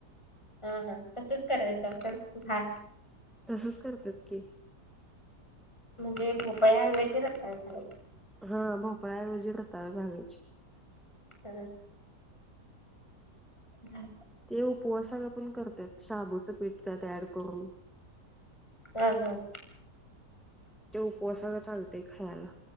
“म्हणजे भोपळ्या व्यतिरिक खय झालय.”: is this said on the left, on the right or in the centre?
Left